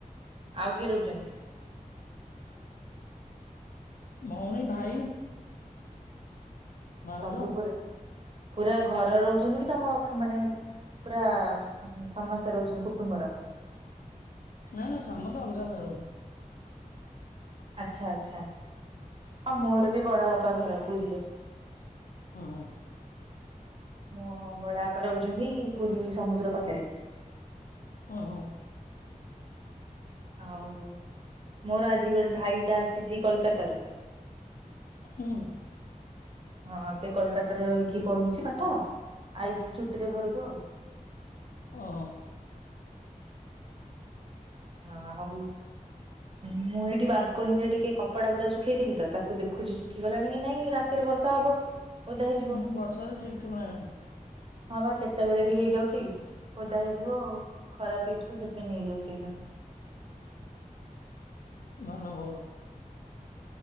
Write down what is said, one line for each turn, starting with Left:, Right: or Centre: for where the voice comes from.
Right: ଆଉ କିଏ ରହୁଛନ୍ତି
Left: ଭଉଣୀ, ଭାଇ ଭାଉଜ
Right: ସବୁ ପୁରା ପୁରା ଘ ରହୁଛନ୍ତି କି ତମ ମାନେ ପୁରା ସମସ୍ତେ ରହୁଛନ୍ତି କୁଟୁମ୍ବର
Left: ନାଇ ନାଇ ସମସ୍ତେ ଅଲଗା ଅଲଗା ରହୁଛୁ।
Right: ଆଚ୍ଛା ଆଚ୍ଛା ହଁ ମୋର ବି ବଡ ବାପା ଘର ପୁରୀରେ।
Left: ଅ ହ।
Right: ମୋ ବଡାପା ରହୁଛନ୍ତି ପୁରୀ ସମୁଦ୍ର ପାଖରେ।
Left: ଓ ହୋ।
Right: ଆଉ ମୋର ଆଜି ଗୋଟେ ଭାଇଟା ଆସିଛି କୋଲକାତା ରୁ
Left: ହୁଁ
Right: ହଁ ସେ କୋଲକାତାରେ ରହିକି ପଢୁଛି ପାଠ ଆଇଛି ଛୁଟିରେ ଘରକୁ ଆଉ।
Left: ଓହୋ।
Right: ହଁ ଆଉଁ ମୁଁ ଏଇଠି ବାଲକୋନିରେ ଟିକେ କପଡା ଗୁଡା ଶୁଖେଇଥିଲି ତ ତାକୁ ଦେଖୁଛି ଶୁଖିଗଲାଣି କି ନାଇଁ ରାତିରେ ବର୍ଷା ହବ ଓଦା ହେଇଯିବ
Left: ହୁଁ ବର୍ଷାର ଠିକ୍ ଠିକଣା ନାହିଁ।
Right: ହଁ ବା କେତେବେଳେ ବି ହେଇଯାଉଛି ଓଦା ହେଇଯିବ ଆଉ ଖରାପ ହେଇଯିବ ସେଥିପାଇଁ ନେଇଯାଉଛି ଏଇନା।
Left: ଭଲ ଭଲ। <inaudible>